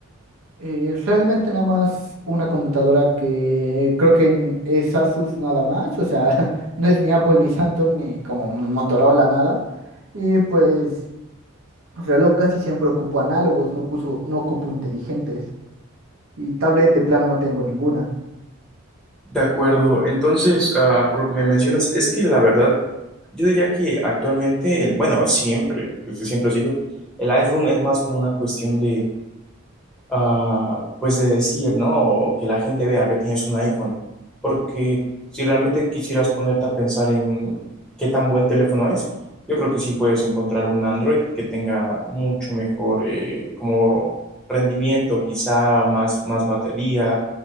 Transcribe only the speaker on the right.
Eh, realmente nada más una computadora que creo que en- es Asus nada más, o sea, <laughs> no es ni Apple ni Samsung ni como Motorola nada. Y pues reloj casi siempre ocupo análogos, no ocuso- no ocupo inteligentes. Y tablet de plan no tengo ninguna.